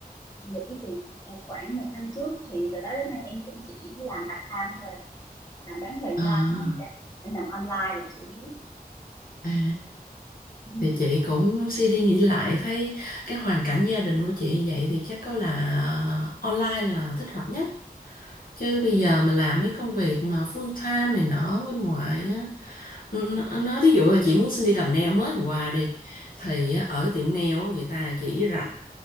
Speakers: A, on the left; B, on the left.
A: nghỉ việc à, khoảng một năm trước thì từ đó đến nay em cũng chỉ làm part time thôi làm bán thời
B: À,
A: gian thôi dạ. em làm online là chủ yếu
B: à.
A: Ừ.
B: thì chị cũng suy đi nghĩ lại thấy cái hoàn cảnh gia đình của chị vậy thì chắc có là online là thích hợp nhất chứ bây giờ mà làm mấy công việc mà full time này nọ bên ngoài á nó nó- ví dụ là chị muốn xin đi làm nail mới hôm qua đi thì á, ở tiệm nail á, người ta chỉ rảnh